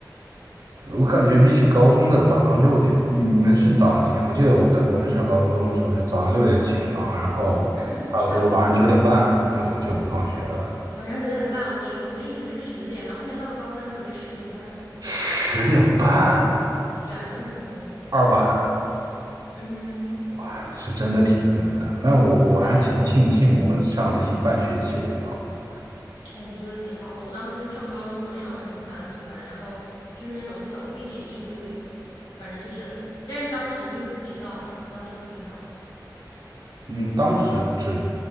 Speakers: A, on the right; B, on the left.
A: 我感觉比起高中的早上六点，你你们是早上几点？我记得我在国内上高中的时候是早上六点起床，然后差不多晚上九点半就就放学了，
B: 嗯，差不多。晚上九点半，我去，我们一直是十点，然后后面到了高三的时候是十点半。
A: 十点半
B: 对啊，真的很疯。
A: 二晚，
B: 嗯哼，
A: 哇，是真的挺疯的。那我我还挺庆幸，
B: 哎
A: 我上了一半学期我就跑了。
B: 哎，你这个挺好的。我当时就上高中，给我上的很烦很烦，然后就是那种小病也一堆，反正就是，但是当时就是不知道嘛，当时不知道。
A: 嗯，当时只